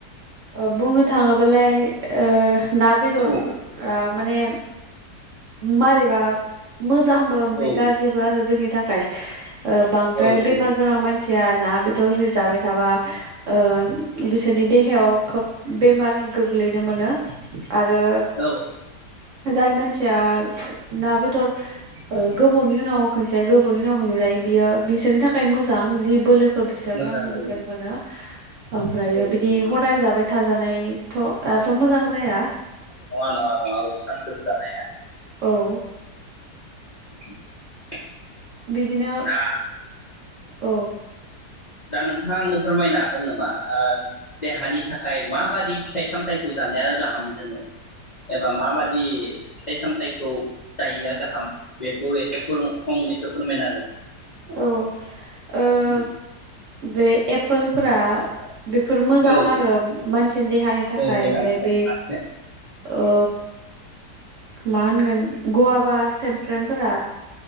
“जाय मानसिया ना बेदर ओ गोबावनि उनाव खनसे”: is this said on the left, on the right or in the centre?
Right